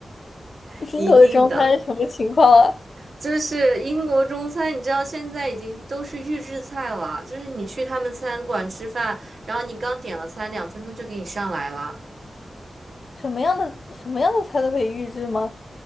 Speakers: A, on the right (about 65°); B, on the left (about 65°).
A: <laughs>
B: 英国的中餐是什么情况啊？
A: 一定的。就是英国中餐，你知道现在已经都是预制菜了，就是你去他们餐馆吃饭，然后你刚点了餐，两分钟就给你上来了，
B: 什么样的什么样的菜都可以预制吗？